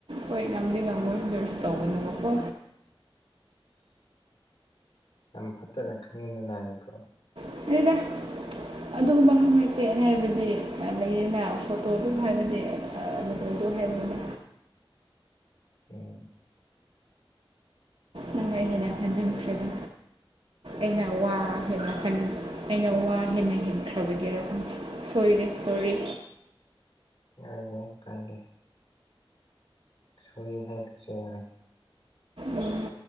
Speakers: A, on the right; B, on the left.
A: ꯍꯣꯏ ꯉꯝꯗꯤ ꯉꯝꯃꯣꯏ ꯑꯗꯨꯑꯣꯏꯔꯁꯨ ꯇꯧꯒꯅꯨꯕꯀꯣ
B: ꯌꯥꯝ ꯐꯠꯇꯅ <unintelligible>
A: <unintelligible> ꯑꯗꯨꯒꯨꯝꯕ ꯈꯛ ꯅꯠꯇꯦ ꯑꯩꯅ ꯍꯥꯏꯕꯗꯤ ꯑ ꯂꯩꯌꯦꯅ ꯐꯣꯇꯣꯗꯨ ꯍꯥꯏꯕꯗꯤ ꯑ <inaudible> ꯍꯥꯏꯕꯅꯦ
B: ꯎꯝ
A: ꯅꯪꯅ ꯍꯦꯟꯅ ꯈꯟꯖꯤꯟꯈ꯭ꯔꯦꯗ ꯑꯩꯅ ꯋꯥ ꯍꯦꯟꯅ ꯈꯟꯖ ꯑꯩꯅ ꯋꯥ ꯍꯦꯟꯅ ꯍꯦꯟꯈ꯭ꯔꯕꯒꯤꯔ ꯁꯣꯏꯔꯦ ꯁꯣꯔꯤ
B: ꯌꯥꯏꯌꯦ ꯀꯥꯏꯗꯦ ꯁꯣꯔꯤ ꯍꯥꯏꯗ꯭ꯔꯁꯨ ꯌꯥꯌꯦ
A: ꯎꯝ